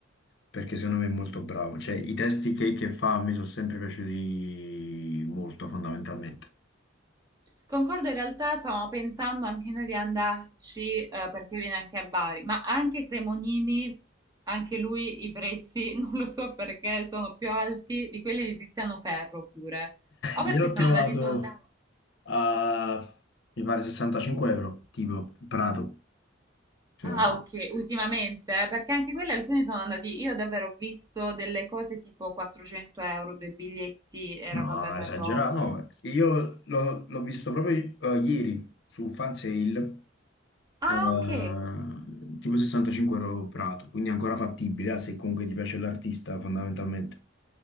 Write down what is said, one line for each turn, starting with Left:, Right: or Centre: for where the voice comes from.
Left: perché secondo me è molto bravo. Cioè, i testi che, che fa mi sono sempre piaciuti molto, fondamentalmente.
Right: Concordo, in realtà stavamo pensando anche noi di andarci, eh, perché viene anche a Bari, ma anche Cremonini, anche lui i prezzi, <laughs> non lo so perché, sono più alti di quelli di Tiziano Ferro pure. O
Left: Io
Right: perché
Left: l'ho
Right: sono
Left: trovato
Right: andati soldati.
Left: a, mi pare, 65 euro, tipo Prato. se
Right: Ah,
Left: non sbaglio.
Right: ok, ultimamente, eh, perché anche quelli alcuni sono andati, io davvero ho visto delle cose tipo 400 euro, due biglietti, era
Left: No,
Right: vabbè per
Left: esagerato.
Right: Roma.
Left: No, io l'ho l'ho visto proprio eh, ieri su Fansale,
Right: Ah,
Left: eh,
Right: ok.
Left: tipo 65 euro Prato, quindi è ancora fattibile, eh, se comunque ti piace l'artista, fondamentalmente.